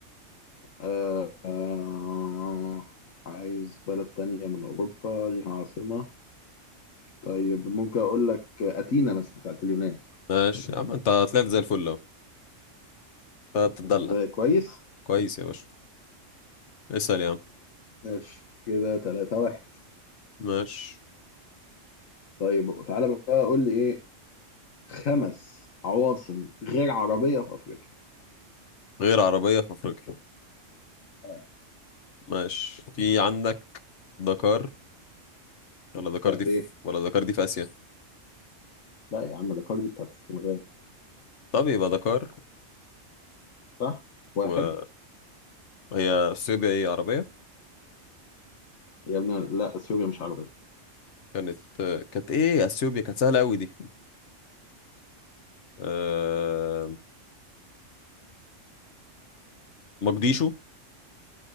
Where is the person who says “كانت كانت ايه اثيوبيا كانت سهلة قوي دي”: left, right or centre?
Left